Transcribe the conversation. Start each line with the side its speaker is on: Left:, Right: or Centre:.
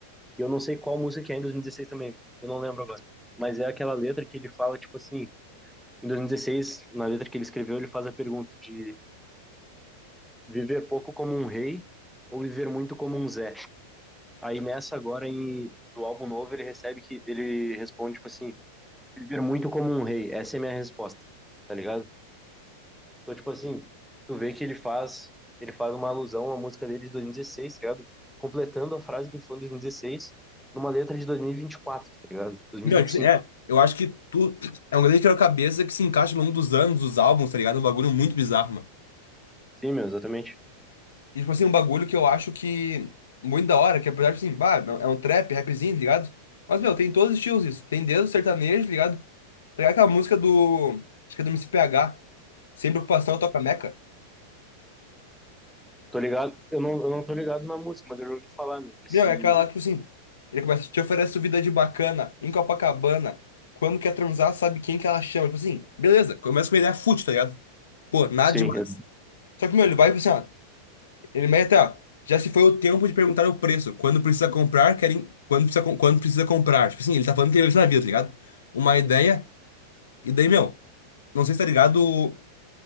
Centre: Eu não sei qual música que é em 2016 também, eu não lembro agora. Mas é aquela letra que ele fala, tipo assim, em 2016, na letra que ele escreveu, ele faz a pergunta de viver pouco como um rei ou viver muito como um Zé. Aí nessa agora em, do álbum novo ele recebe que ele responde tipo assim, viver muito como um rei. Essa é a minha resposta, tá ligado? Então tipo assim, tu vê que ele faz, ele faz uma alusão à música dele de 2016, tá ligado? Completando a frase que ele falou em 2016 numa letra de 2024, tá ligado? dois
Left: Meu,
Centre: mil e
Left: acho
Centre: e vinte e
Left: que-
Centre: cinco
Left: é, eu acho que tu é um grande quebra-cabeça que se encaixa ao longo dos anos, dos álbuns, tá ligado? É Um bagulho muito bizarro, mano.
Centre: Sim, meu, exatamente.
Left: E, tipo assim, um bagulho que eu acho que muito da hora, que apesar de, assim, bah, é um trap, rapzinho, tá ligado? Mas, meu, tem todos os estilos isso. Tem desde o sertanejo, tá ligado? Tá ligado aquela música do, acho que é do MCPH, Sem Preocupação, Toca Meca?
Centre: Tô ligado, eu não, eu não tô ligado na música, mas eu já ouvi falar, meu, desse...
Left: Meu, é aquela lá que, tipo assim, ele começa, te oferece vida de bacana, em Copacabana, quando quer transar, sabe quem que ela chama. Tipo assim, beleza, começa com uma ideia fútil, tá ligado? Pô, nada
Centre: Sim,
Left: demais.
Centre: é
Left: Só que, meu, ele vai, tipo assim, ó, Ele mete, ó. Já se foi o tempo de perguntar o preço. Quando precisa comprar, querem. Quando precisa, com- quando precisa comprar. Tipo assim, ele tá falando que ele vai na vida, tá ligado? Uma ideia. E daí, meu, não sei se tá ligado o.